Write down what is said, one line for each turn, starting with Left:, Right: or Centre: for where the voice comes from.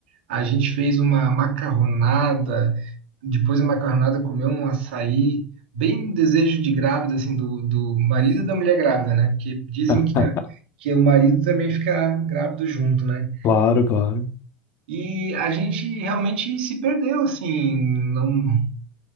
Right: a gente fez uma macarronada, depois da macarronada comeu um açaí, bem desejo de grávida, assim, do, do marido e da mulher grávida, né? Porque dizem
Left: Ah,
Right: que, a- que o marido também fica grávido junto, né?
Left: claro, claro.
Right: E a gente realmente se perdeu, assim, não,